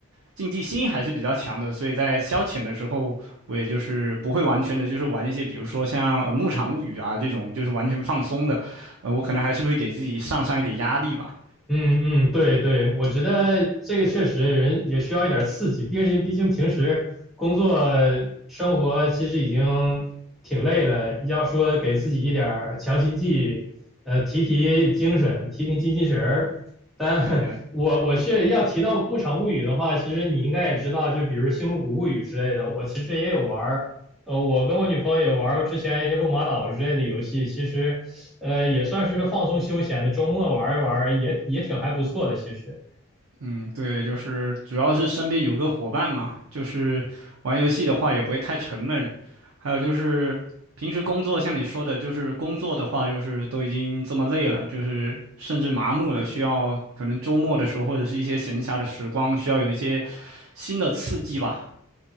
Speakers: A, on the right; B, in the centre.
A: 竞技心还是比较强的，所以在消遣的时候，我也就是不会完全的，就是玩一些比如说像呃《牧场物语》啊这种，就是完全放松的。呃，我可能还是会给自己上上一点压力吧。
B: 嗯嗯，对对，我觉得这个确实人也需要一点刺激，毕竟毕竟平时工作生活其实已经挺累了，要说给自己一点儿强心剂，呃，提提精神，提提精气神儿。但
A: 对的呀，
B: <laughs> 我我却要提到《牧场物语》的话，其实你应该也知道，就比如《星露谷物语》之类的，我其实也有玩儿，呃，我跟我女朋友也玩儿过之前一些《路马岛》之类的游戏，其实。呃，也算是放松休闲的，周末玩一玩也也挺还不错的。其实，
A: 嗯，对，就是主要是身边有个伙伴嘛，就是玩游戏的话也不会太沉闷。还有就是平时工作，像你说的，就是工作的话，就是都已经这么累了，就是甚至麻木了，需要可能周末的时候或者是一些闲暇的时光，需要有一些新的刺激吧。